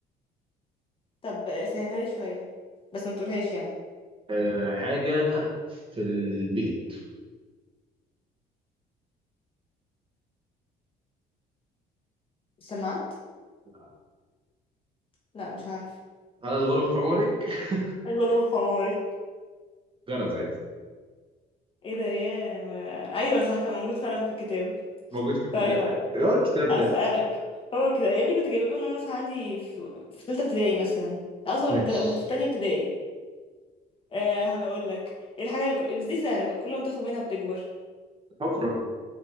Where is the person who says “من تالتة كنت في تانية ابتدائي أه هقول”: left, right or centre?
Left